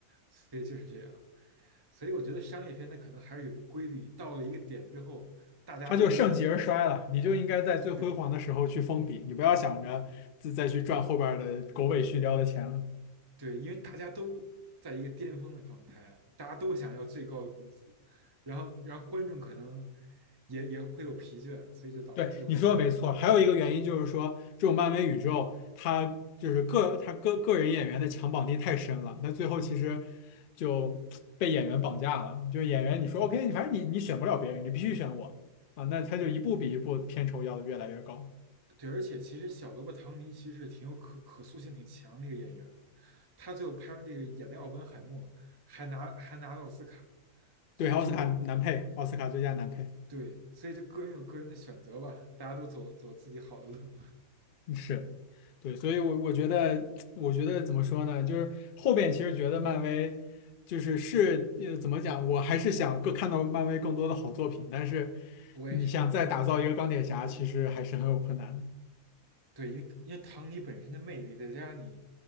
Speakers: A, on the right; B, on the left.
A: 所以就是这样。所以我觉得商业片它可能还是有一个规律，你到了一个点之后，大家都
B: 他就盛极而衰了。你就应该在最辉煌的时候去封笔，
A: 对
B: 你不要想着自再去赚后边儿的狗尾续貂的钱了。
A: 对，因为大家都在一个巅峰的状态，大家都想要最高的工资，然后然后观众可能也也会有疲倦，所以就导致最后可能
B: 对，你说的没错。还有一个原因就是说，这种漫威宇宙，它就是个它个个人演员的强绑定太深了，那最后其实就被演员绑架了。就是演员，你说 OK，你反正你你选不了别人，你必须选我啊，那他就一步比一步片酬要的越来越高。
A: 对，而且其实小萝卜唐尼其实挺有可可塑性挺强的一个演员的，他最后拍完这个演的奥本海默还拿还拿了奥斯卡，所以就
B: 对，奥斯卡男配，奥斯卡最佳男配。
A: 对，所以就个人有个人的选择吧，大家都走走自己好的路。
B: 是，对，所以我，我觉得，我觉得怎么说呢？就是后边其实觉得漫威就是是呃，怎么讲？我还是想更看到漫威更多的好作品，但是
A: 我也是，
B: 你想再打造一个钢铁侠，其实还是很有困难的。
A: 对，因为因为唐尼本身的魅力，再加上你